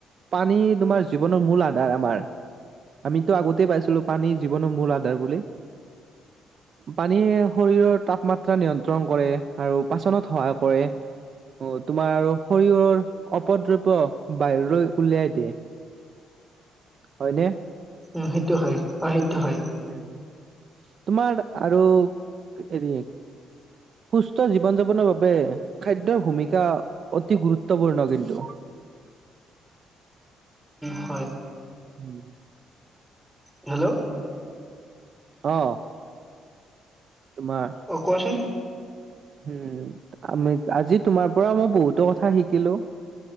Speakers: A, on the right; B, in the centre.
A: পানী তোমাৰ জীৱনৰ মূল আধাৰ আমাৰ, আমিতো আগতে পাইছিলো পানী জীৱনৰ মূল আধাৰ বুলি। পানীয়ে শৰীৰৰ তাপমা <unintelligible> নিয়ন্ত্ৰণ কৰে আৰু পাচনত সহায় কৰে, তোমাৰ শৰীৰৰ অপদ্ৰব্য বাহিৰলৈ উলিয়াই দিয়ে। হয়নে?
B: উম, সেইটো হয়, অ', সেইটো হয়।
A: উম। তোমাৰ আৰু হেৰি, সুস্থ জীৱন যাপনৰ বাবে খাদ্যৰ ভূমিকা অতি গুৰুত্বপূৰ্ণ কিন্তু।
B: হয়।
A: উম।
B: <inaudible> হেল্ল'।
A: অ'। তোমাৰ
B: অ', কোৱাচোন।
A: উম আজি তোমাৰ পৰা মই বহুতো কথা শিকিলো